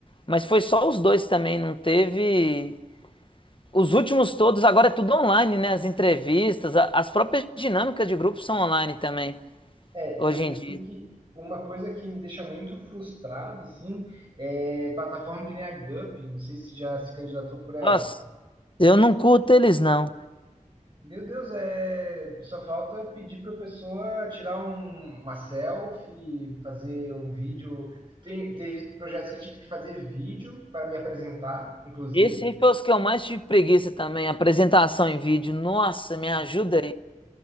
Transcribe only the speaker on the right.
É,
eu,
eu
sei que uma coisa que me deixa muito frustrado, assim, é plataforma que nem a Gup, não sei se já se candidatou por ela.
Meu Deus, é... só falta pedir para a pessoa tirar um- uma selfie, fazer um vídeo. Tem- teve projetos que eu tive que fazer vídeo para me apresentar, inclusive.